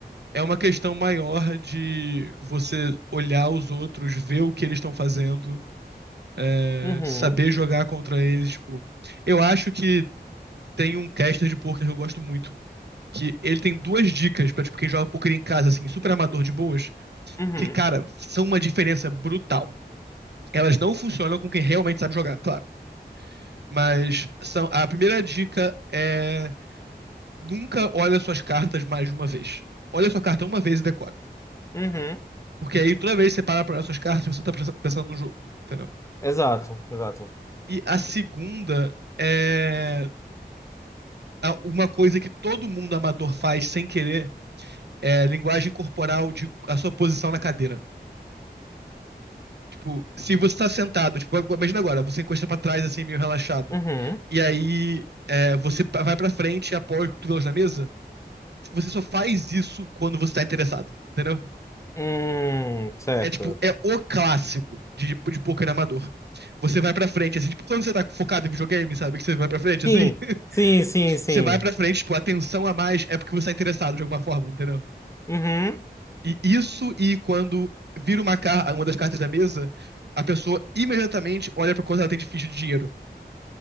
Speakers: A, on the right; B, on the left.
A: É uma questão maior de você olhar os outros, ver o que eles estão fazendo. é,
B: Uhum,
A: saber jogar contra eles, tipo. Eu acho que tem um caster de poker que eu gosto muito. Que ele tem duas dicas pra, tipo, quem joga poker em casa, assim, super amador de boas,
B: uhum,
A: que, cara, são uma diferença brutal. Elas não funcionam com quem realmente sabe jogar, claro. Mas são, a primeira dica é nunca olha suas cartas mais de uma vez. Olha sua carta uma vez e decora.
B: uhum.
A: Porque aí toda vez que você para pra olhar suas cartas, você tá pensa- pensando no jogo, entendeu?
B: Exato, exato.
A: E a segunda é uma coisa que todo mundo amador faz sem querer é linguagem corporal de a sua posição na cadeira. Tipo, se você tá sentado, tipo, imagina agora, você encosta pra trás assim, meio relaxado.
B: Uhum.
A: E aí é, você vai pra frente e apoia os cotovelos na mesa. Você só faz isso quando você tá interessado, entendeu?
B: Hum, certo.
A: É tipo, é o clássico de, de poker amador. Você vai pra frente, assim, tipo, quando você tá focado em videogame, sabe? Que você vai pra frente,
B: Sim,
A: assim. <laughs>
B: sim, sim, sim.
A: Você vai pra frente, tipo, a atenção a mais é porque você tá interessado de alguma forma, entendeu?
B: Uhum.
A: E isso e quando vira uma, car uma das cartas da mesa, a pessoa imediatamente olha pra quanto ela tem de ficha de dinheiro.